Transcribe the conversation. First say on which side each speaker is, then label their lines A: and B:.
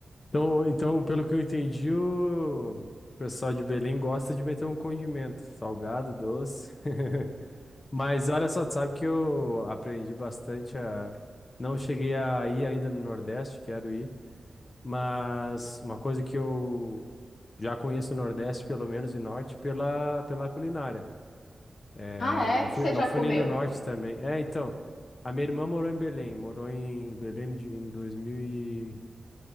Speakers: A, on the left (about 50°); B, on the left (about 80°).
A: Então, então, pelo que eu entendi, o pessoal de Belém gosta de meter um condimento, salgado, doce. <laughs> Mas olha só, tu sabe que eu aprendi bastante a. Não cheguei a ir ainda no Nordeste, quero ir, mas uma coisa que eu já conheço o Nordeste, pelo menos, e Norte, pela, pela culinária. É,
B: Ah, é
A: não
B: que
A: fui,
B: você
A: não
B: já
A: fui
B: comeu?
A: nem no Norte também. É, então, a minha irmã morou em Belém, morou em Belém de- em 2000